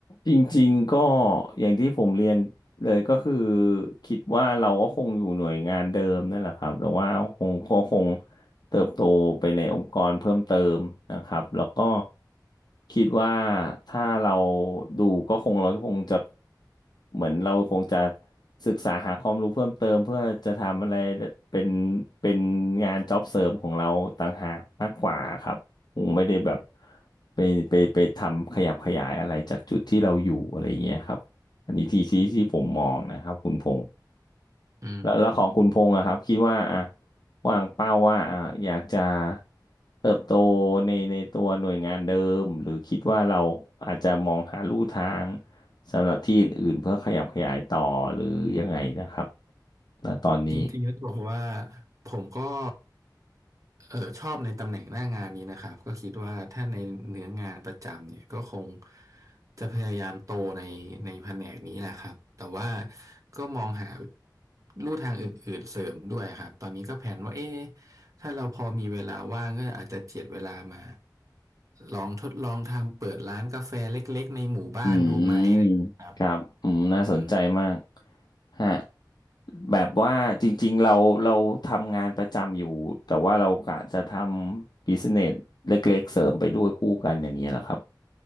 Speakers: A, on the left; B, on the right.
A: จริงๆก็อย่างที่ผมเรียนเลยก็คือคิดว่าเราก็คงอยู่หน่วยงานเดิมนั่นแหละครับแต่ว่าคงก็คงเติบโตไปในองค์กรเพิ่มเติมนะครับแล้วก็คิดว่าถ้าเราดูก็คงเราคงจะเหมือนเราคงจะศึกษาหาความรู้เพิ่มเติมเพื่อจะทำอะไรเป็นเป็นงานจ็อบเสริมของเราต่างหากมากกว่าครับ คงไม่ได้แบบไปไปไปทำขยับขยายอะไรจากจุดที่เราอยู่อะไรอย่างเงี้ยครับอันนี้ที่ที่ที่ผมมองนะครับคุณพงษ์
B: อืม
A: แล้วแล้วของคุณพงษ์อะครับคิดว่าอะวางเป้าว่าอะอยากจะเติบโตในในตัวหน่วยงานเดิมหรือคิดว่าเราอาจจะมองหาลู่ทางสำหรับที่อื่นๆเพื่อขยับขยายต่อหรือยังไงนะครับณตอนนี้
B: จริงๆแล้วบอกว่าผมก็เออชอบในตำแหน่งหน้างานนี้นะครับก็คิดว่าถ้าในเนื้องานประจำเนี่ยก็คงจะพยายามโตในในแผนกนี้แหละครับแต่ว่าก็มองหาลู่ทางอื่นๆเสริมด้วยครับตอนนี้ก็แผนว่าเอ๊ะถ้าเราพอมีเวลาว่างก็อาจจะเจียดเวลามาลองทดลองทำเปิดร้านกาแฟเล็กๆในหมู่บ้านดูไหมนะครับ
A: อืมครับอืมน่าสนใจมาก
B: อืม
A: ฮะแบบว่าจริงๆเราเราทำงานประจำอยู่แต่ว่าเรากะจะทำบิสเนสเล็กๆเสริมไปด้วยคู่กันอย่างเงี้ยเหรอครับ